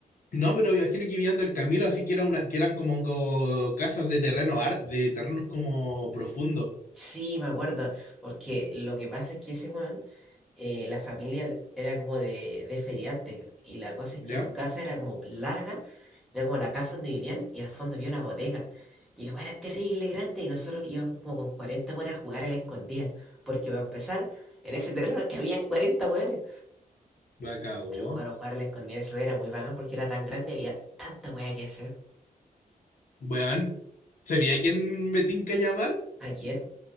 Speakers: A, on the left; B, in the centre.
A: No, pero me imagino que vivían del camino, así que era una, que eran como, co- casas de terreno ar- de terrenos como profundos.
B: Sí, me acuerdo, porque lo que pasa es que ese weón, eh, la familia era como de, de feriantes, y la cosa es
A: ¿Ya?
B: que su casa era como larga, era como la casa donde vivían, y al fondo había una bodega, y la weá era terrible, grande, y nosotros íbamos como con 40 weones a jugar a la escondida, porque para empezar, en ese terreno que habían 40 weones,
A: La cagó.
B: mi hermano jugar a la escondida eso era muy bacán, porque era tan grande, había tanta weá que hacer.
A: Weón. ¿Sabía a quién me tinca llamar?
B: ¿A quién?